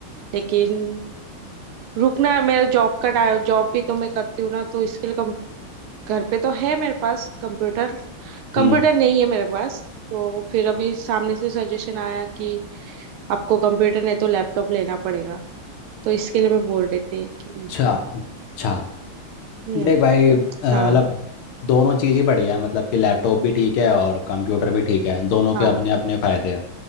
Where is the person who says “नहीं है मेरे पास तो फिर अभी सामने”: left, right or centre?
Right